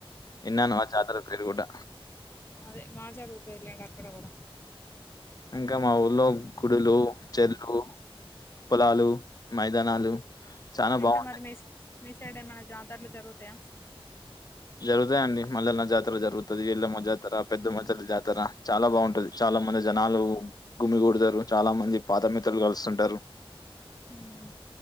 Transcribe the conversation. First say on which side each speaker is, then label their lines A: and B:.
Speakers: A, on the left; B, on the left.
A: విన్నాను ఆ జాతర పేరు కూడా
B: అదే బా జరుగుతది లే ఇంగ అక్కడ కూడ
A: ఇంకా మా ఊర్లో గుడులు చెల్లు పొలాలు మైదానాలు చాన బాగుంటాయి
B: ఇంకా మరి మీ మీ సైడ్ ఏమన్నా జాతరలు జరుగుతాయా
A: జరుగుతాయండి మళ్ళన్న జాతర జరుగుతది. ఎళ్ళమ్మ జాతర, పెద్దమ్మ తల్లి జాతర చాలా బాగుంటది చా చాలా మంది జనాలు గుమిగూడతారు చాలా మంది పాత మిత్రులు కలుస్తుంటారు
B: మ్